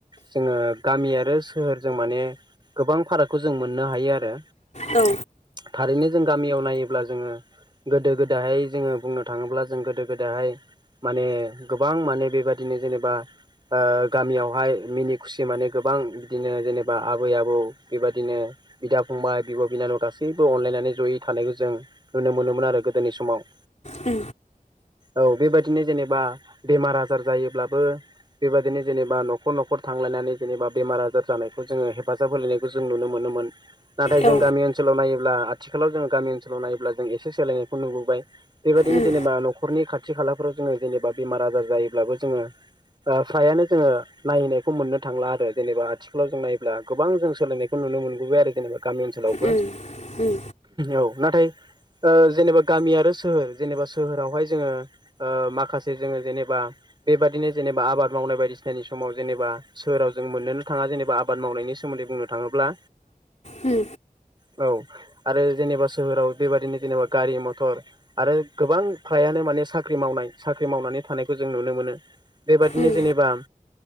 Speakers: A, on the right (about 30°); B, on the left (about 55°).
A: जोंङो गामि आरो सोहोरजों माने गोबां फारागखौ जों मोननो हायो आरो
B: औ
A: थारैनो जों गामियाव नायोब्ला जोंङो गोदो गोदायहाय जोंङो बुंनो थाङोब्ला जों गोदाहाय माने गोबां माने बेबायदिनो जेनेबा ओ गामियावहाय मिनि खुसि माने गोबां बिदिनो जेनेबा आबै आबौ बेबदिनो बिदा फंबाय बिब' बिनानाव गासैबो अनलाायनानै जयै थानायखौ जों नुनो मोनोमोन आरो गोदोनि समाव।
B: ओ
A: औ बेबायदिनो जेनेबा बेमार आजार जायोब्लाबो बेबायदिनो जेनेबा न'खर न'खर थांलायनानै जेनेबा बेमार आजार जानायखौ जोङो हेफाजाब होलायो खौ जों नुनो मोनोमोन। नाथाय जों
B: औ
A: गामि ओनसोलाव नायोब्ला आथिखालाव जों गामि ओनसोलाव नायोब्ला जों एसे सोलायनायखौ नुबोबाय बेबायदिनो
B: उम
A: जेनेबा न'खरनि खाथि खालाफ्राव जोङो जेनेबा बेमार आजार जायोब्लाबो जोङो ओ फ्रायानो जोङो नायहैनायखौ मोननो थांला आरो जेनेबा आथिखालाव जों नायोब्ला गोबां जों सोलायनायखौ नुनो मोनबोबाय आरो जेनेबा गामि ओनसोलावबो
B: उम उम
A: औ नाथाय ओ जेनेबा गामि आरो सोहोर जेनेबा सोहोरावहाय जोङो ओ माखासे जोङो जेनेबा बेबादिनो जेनेबा आबाद मावनाय बायदिसिनानि समाव जेनेबा साहोराव जों मोननोनो थाङा जेनेबा आबाद मावनायनि सोमोन्दै बुंनो थाङोब्ला
B: हो
A: औ आरो जेनेबा सोहोराव बेबादिनो जेनेबा गारि मथर आरो गोबां फ्रायानो माने साख्रि मावनाय साख्रि मावनानै थानायखौ जों नुनो मोनो बेबादिनो
B: उम
A: जेनेबा